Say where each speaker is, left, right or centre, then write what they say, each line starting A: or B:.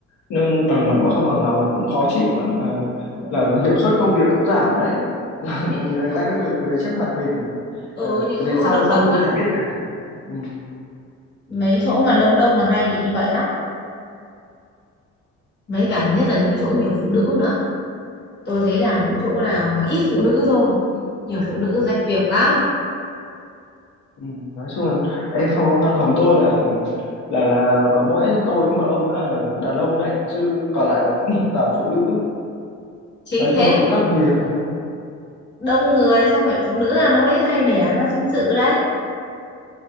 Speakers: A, on the left; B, on the left.
A: nâng bằng mặt mà không bằng lòng là cũng khó chịu lắm là
B: ừ.
A: là hiệu suất công việc cũng giảm đấy <laughs> là
B: những
A: người
B: cái chỗ
A: ta cứ
B: mà
A: cười cười trước mặt mình
B: ở
A: Ờ,
B: ừ, những
A: về
B: cái chỗ
A: sau
B: mà đông đông
A: sau lưng
B: ấy
A: chả biết nào ừ,
B: mấy chỗ mà đông đông là hay bị như vậy lắm mấy cả nhất là những cái chỗ nhiều phụ nữ nữa tôi thấy làm những chỗ nào mà ít phụ nữ thôi nhiều phụ nữ rách việc lắm
A: ừ, nói chung là ê, phòng văn phòng tôi là là là có mỗi tôi với một ông nữa là đàn ông đấy chứ còn lại là cũng <laughs> toàn phụ nữ
B: chính
A: nói
B: thế
A: chung là cũng
B: đấy.
A: rắc nhiều
B: đông người xong rồi phụ nữ là nó mới hay đẻ ra sinh sự đấy